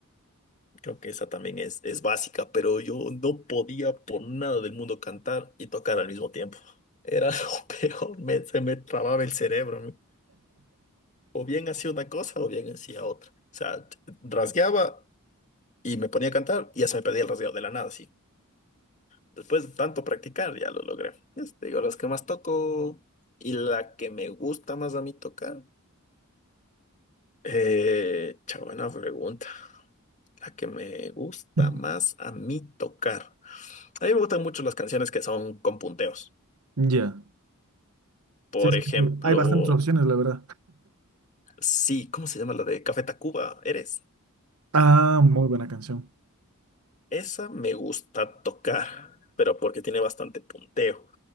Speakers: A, on the left; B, on the right.
A: Creo que esa también es, es básica, pero yo no podía por nada del mundo cantar y tocar al mismo tiempo. Era <laughs> lo peor, me- se me trababa el cerebro. ¿no? O bien hacía una cosa o bien hacía otra. O sea, t- rasgueaba y me ponía a cantar y ya se me perdía el rasgueo de la nada, sí. Después de tanto practicar ya lo logré. Ya te digo, las que más toco y la que me gusta más a mí tocar. Eh, cha, buena pregunta. La que me gusta
B: <laughs>
A: más a mí tocar. A mí me gustan mucho las canciones que son con punteos.
B: Ya.
A: Por
B: Sí, es que
A: ejemplo,
B: hay bastantes opciones, la verdad.
A: sí, ¿cómo se llama la de Café Tacuba? ¿Eres?
B: Ah, muy buena canción.
A: Esa me gusta tocar, pero porque tiene bastante punteo.